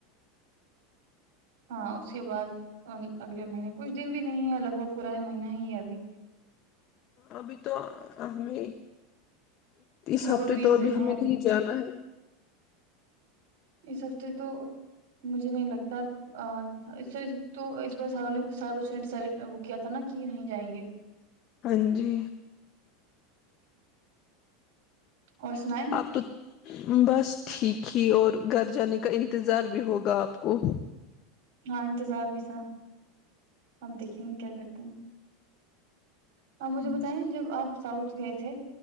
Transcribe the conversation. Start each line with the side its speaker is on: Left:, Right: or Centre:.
Right: ہاں اس کے بعد اگلے مہینے کچھ دن بھی نہیں ہے لگ بھگ پورا مہینہ ہی ہے ابھی
Left: ابھی تو ہمیں اس
Right: لگ
Left: ہفتے
Right: بھگ بیس
Left: تو
Right: دن
Left: ابھی
Right: ہے
Left: ہمیں نہیں جانا ہے
Right: اس ہفتے تو مجھے نہیں لگتا پھر تو اس بار وہ کیا تھا نا کہ نہیں جائیں گے
Left: ہاں جی
Right: اور سنائیں
Left: اب تو بس ٹھیک ہی اور گھر جانے کا انتظار بھی ہوگا آپ کو
Right: ہاں انتظار بھی تھا اب دیکھیں گے کیا کرتے ہیں آپ مجھے
Left: ہاں
Right: بتائیں
Left: جی،
Right: جب آپ ساؤتھ گئے تھے